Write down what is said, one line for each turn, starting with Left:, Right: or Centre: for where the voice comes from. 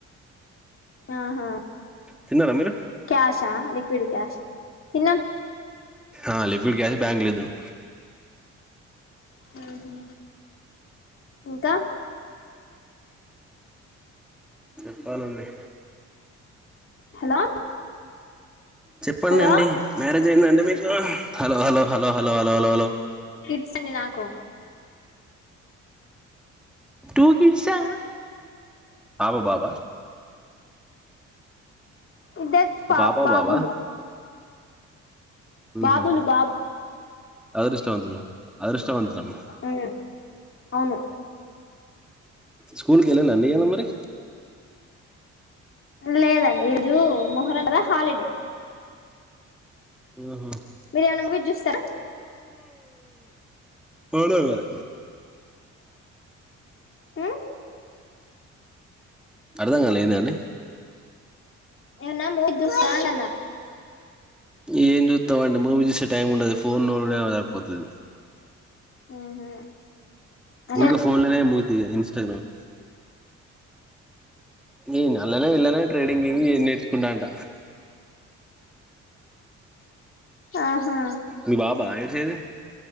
Left: ఆహా
Centre: తిన్నరా మీరు
Left: క్యాష లిక్విడ్ క్యాషా తిన్నం
Centre: ఆ లిక్విడ్ క్యాష్ బ్యాంక్ లేదును
Left: ఉ హు ఇంకా
Centre: చెప్పాలండి
Left: హలో
Centre: చెప్పండి
Left: హలో
Centre: అండి మ్యారేజ్ అయిందండి మీకు hello hello hello hello hello hello hello
Left: పిస్తుంది నాకు
Centre: టూ కిడ్సా పాప బాబా
Left: ఇద్దరు పా
Centre: పాప
Left: బాబులు
Centre: బాబా
Left: బాబులు
Centre: మ్హూ
Left: బాబు
Centre: అదృష్టవంతులు అదృష్టవంతులమ్మ
Left: మ్మ్ అవును
Centre: స్కూల్కి వెళ్ళాలే అండి ఇయలా మరి
Left: లేదండి ఈరోజు మొహరం కదా హాలిడే
Centre: ఆహా
Left: మీరు ఏమన్నా ము చూస్తారా
Centre: పొడపాయ
Left: ఉ
Centre: అర్థంగాలా ఏందండి
Left: ఏన్నా మూవీ చూస్తా అన్న
Centre: ఏం చూస్తాండి మూవీ చూసే టైం ఉండదు ఫోన్ చూడుడే సరిపోతుంది
Left: మ్మ్ అంటే
Centre: ఇక ఫోన్లనే మూర్ దిగా ఇన్స్టాగ్రామ్ ఏన్ అలనే ఇల్లనే ట్రేడింగ్మి నేర్చకుంటాంట
Left: ఆహా
Centre: మీ బాబా ఏడ్సేదీ